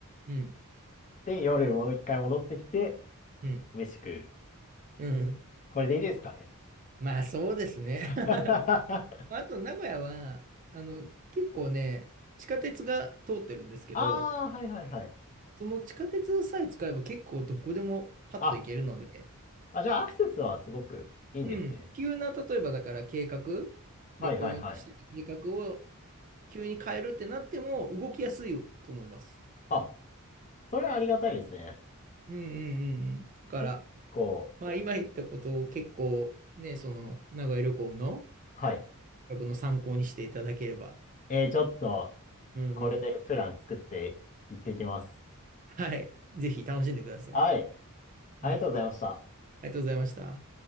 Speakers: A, on the right; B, on the left.
A: うん。
B: で、夜もう一回戻ってきて、
A: うん。
B: 飯食う。
A: うん。
B: これでいいですかね。
A: まあ、そうですね。
B: <laughs>
A: <laughs>
B: あ
A: あと、名古屋は、あの、結構ね、地下鉄が通ってるんですけど、
B: あ、はいはいはい。
A: その地下鉄さえ使えば結構どこでもパッと行けるので、
B: あ、あ、じゃあアクセスはすごくいいんですね。
A: うん。急な、例えばだから計画、
B: はいはいはい。
A: 旅行のしてた計画を急に変えるってなっても動きやすいと思います。
B: あ、それはありがたいですね。
A: うんうんうんうん。だから、
B: 結構、
A: まあ今言ったことを結構ね、その名古屋旅行の
B: はい。
A: 企画の参考にしていただければ。
B: えー、ちょっと、
A: うんうん。
B: これでプラン作っていってきます。
A: はい。ぜひ楽しんでください。
B: はい。ありがとうございました。
A: はい。ありがとうございました。